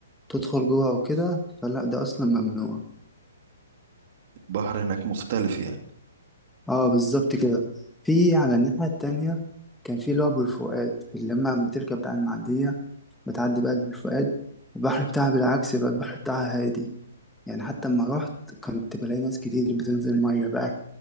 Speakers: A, in the centre; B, on the right (about 50°).
A: تدخل جوه وكده فلا ده أصلا ممنوع
B: البحر هناك مختلف يعني
A: اه بالظبط كده في على الناحية التانية كان في اللي هو بالفؤاد اللي لما بتركب بقى المعدية بتعدي بقى بالفؤاد البحر بتاعها بالعكس بقى البحر بتاعها هادي يعني حتى لما رحت كنت بلاقي ناس كتير بتنزل مية بقى